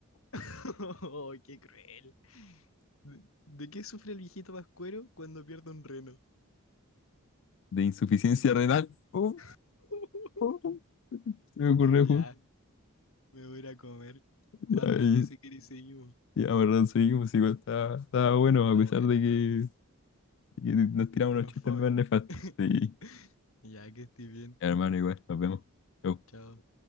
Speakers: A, on the left (about 70°); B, on the left (about 55°).
A: <laughs> oh, qué cruel. ¿De, de qué sufre el viejito vascuero cuando pierde un reno?
B: <laughs> de insuficiencia renal. <laughs>
A: <laughs>
B: Uh, uh, uh, se me ocurrió
A: Ya,
B: justo.
A: me voy a ir a comer. Más
B: Ya,
A: rato
B: y,
A: si queréis seguimos.
B: y la verdad, seguimos, igual estaba, estaba bueno, a
A: Está
B: pesar
A: bueno,
B: de
A: está
B: que,
A: bueno.
B: de que nos
A: Que
B: tiramos
A: estuvieran
B: unos chistes
A: fome.
B: más nefastos.
A: <laughs>
B: Sí,
A: Ya que estoy bien.
B: hermano, igual, nos vemos. Chau.
A: Chao.